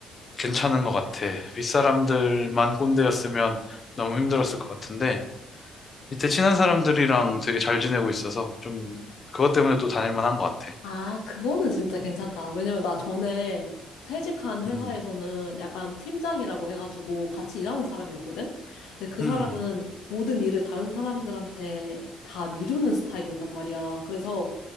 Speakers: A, on the left (about 35°); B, on the left (about 85°).
A: 괜찮은 것 같아. 윗사람들만 꼰대였으면 너무 힘들었을 것 같은데, 밑에 친한 사람들이랑 되게 잘 지내고 있어서 좀 그것 때문에 또 다닐 만한 것 같아.
B: 아, 그거는 진짜 괜찮다. 왜냐면 나 전에 퇴직한 회사에서는
A: 음,
B: 약간 팀장이라고 해가지고 같이 일하는 사람이었거든? 근데 그
A: 음,
B: 사람은 모든 일을 다른 사람들한테 다 미루는 스타일이었단 말이야. 그래서